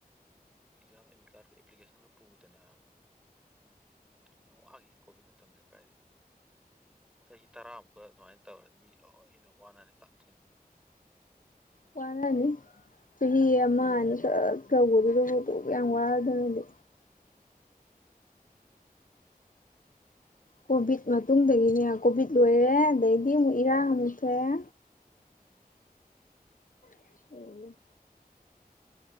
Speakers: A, in the centre; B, on the left (about 60°).
A: ꯑꯦꯛꯖꯥꯛ ꯑꯦꯃꯤ ꯀꯥꯔꯗꯀ ꯑꯦꯞꯄ꯭ꯂꯤꯁ ꯇꯪꯒ ꯄꯨꯗꯅꯕ ꯌꯥꯝ ꯋꯥꯒꯤ ꯀꯣꯚꯤꯠ ꯃꯇꯝꯗ ꯀꯗꯥꯏꯗꯩ ꯆꯍꯤ ꯇꯔꯥꯃꯨꯛꯀ ꯑꯗꯨꯃꯥꯏꯅ ꯇꯧꯔꯗꯤ ꯃꯤ ꯂꯣꯏꯅ ꯋꯥꯅꯅꯤ ꯈꯝ ꯊꯦꯡꯅ
B: ꯋꯥꯅꯅꯤ ꯆꯍꯤ ꯑꯃ ꯑꯅꯤ ꯈꯛ ꯇꯧꯕꯗꯨꯗꯕꯨ ꯑꯗꯨꯛ ꯌꯥꯝ ꯋꯥꯔꯗꯨꯅꯗꯤ ꯀꯣꯚꯤꯠ ꯃꯇꯨꯡꯗꯒꯤꯅꯦ ꯀꯣꯚꯤꯠ ꯂꯣꯏꯔꯦ ꯑꯗꯩꯗꯤ ꯑꯃꯨꯛ ꯏꯔꯥꯡ ꯑꯃꯨꯛ ꯊꯣꯛꯑꯦ
A: ꯎꯝ
B: ꯑꯟꯏꯟꯇꯦꯜꯂꯤꯖꯦꯕꯜ